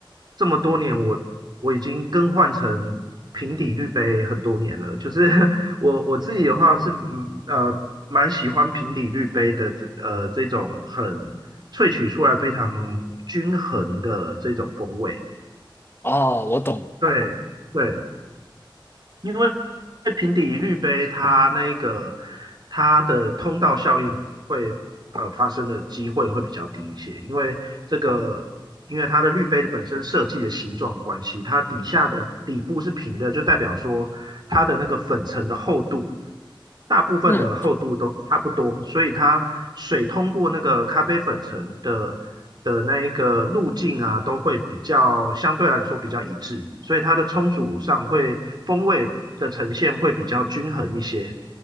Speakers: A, on the right; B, on the left.
A: 这么多年，我我已经更换成平底滤杯很多年了。就是 <laughs> 我我自己的话是嗯呃蛮喜欢平底滤杯的这呃这种很萃取出来非常均衡的这种风味。
B: 哦，我懂，
A: 对对。因为平底滤杯它那个它的通道效应会呃发生的机会会比较低一些，因为这个因为它的滤杯的本身设计的形状的关系，它底下的底部是平的，就代表说它的那个粉尘的厚度。大部分的厚度都差不多，
B: 嗯，
A: 所以它水通过那个咖啡粉层的的那一个路径啊，都会比较相对来说比较一致，所以它的冲煮上会风味的呈现会比较均衡一些。